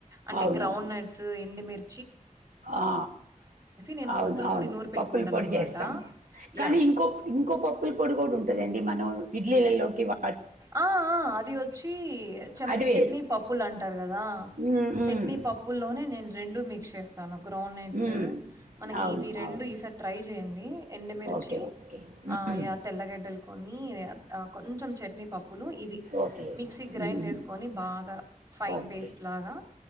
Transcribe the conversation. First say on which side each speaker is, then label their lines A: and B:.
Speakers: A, on the right; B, on the right.
A: అంటే
B: అవును
A: గ్రౌండ్నట్స్
B: అవును
A: ఎండి మీరు
B: ఆ
A: నేను
B: అవును
A: పప్పుల
B: అవును
A: పొడి నూరి పెట్టుకుంటాను
B: పప్పుల పొడి
A: అనమాట
B: చేస్తాం కానీ
A: యా
B: ఇంకో ఇంకో పప్పుల పొడి కూడా ఉంటదండి మనం ఇడ్లీలలోకి వా
A: ఆ ఆ అది వచ్చి చినగ
B: అది వేరు
A: చట్నీ పప్పులు అంటారు కదా
B: ఉమ్,
A: చట్నీ
B: ఉమ్,
A: పప్పుల్లోనే నేను రెండు మీిక్స్ చేస్తాను గ్రోనట్స్
B: ఉమ్.
A: మనకి
B: అవును
A: ఇవి రెండు
B: అవును
A: ఈసారి ట్రై చేయం నీ ఎండుమిర్చి
B: ఓకే ఓకే
A: ఆ
B: ఉమ్,
A: యా తెల్లగడ్డల కొన్ని కొంచెం చట్నీ ప్పులు ఇవి
B: ఓకే
A: మిక్సి గ్రైండ్
B: ఉమ్,
A: చేసుకొని బాగా ఫైన్
B: ఓకే
A: పేస్ట్ లాగా